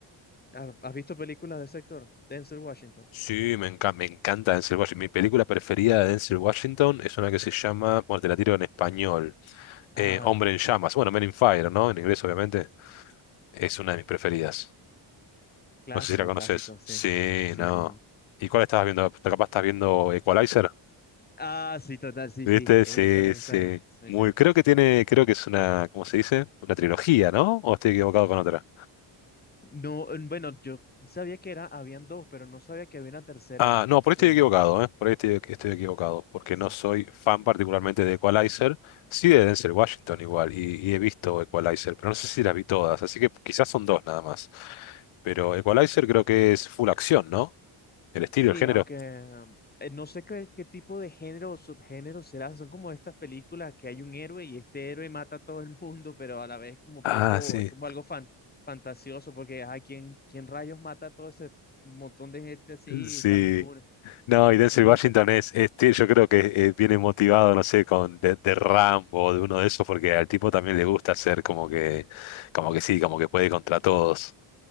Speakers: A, on the left; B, on the left.
A: ¿Ha- ¿Has visto películas de ese actor? Denzel Washington.
B: Sí, me encanta, me encanta Denzel Washington. Mi película preferida de Denzel Washington es una que se llama, bueno, te la tiro en español,
A: Ajá,
B: eh, Hombre en Llamas. Bueno, Men in Fire, ¿no? En inglés, obviamente. Es una de mis preferidas.
A: clásico,
B: No sé si la conoces.
A: clásico, sí.
B: Sí,
A: Sí,
B: no.
A: sí.
B: ¿Y cuál estabas viendo? Capaz estás viendo Equalizer.
A: Ah, sí, total, sí,
B: ¿Viste?
A: sí, esa
B: Sí,
A: es la que
B: sí.
A: está bien. Sí,
B: Muy,
A: sí.
B: creo que tiene, creo que es una, ¿cómo se dice? Una trilogía, ¿no? ¿O estoy equivocado con otra?
A: No, eh, bueno, yo sabía que era, habían dos, pero no sabía que había una tercera.
B: Ah, no, por ahí estoy
A: Pero,
B: equivocado, ¿eh? Por ahí estoy, estoy equivocado, porque
A: sí.
B: no soy fan particularmente de Equalizer, sí de Denzel Washington igual, y, y he visto Equalizer, pero no sé si las vi todas, así que quizás son dos nada más. Pero Equalizer creo que es full acción, ¿no? El estilo,
A: Sí,
B: el género.
A: aunque eh, no sé qué, qué tipo de género o subgénero será. Son como estas películas que hay un héroe y este héroe mata a todo el mundo, pero a la vez como poco,
B: Ah, sí.
A: es como algo fan- fantasioso, porque ay, ¿quién, quién rayos mata a todo ese montón de gente así
B: Sí.
A: y sale impune?
B: No, y Denzel
A: No
B: Washington
A: sé.
B: es, es- tie- yo creo que eh, viene motivado, no sé, con de, de Rambo o de uno de esos, porque al tipo también le gusta ser como que, como que sí, como que puede contra todos.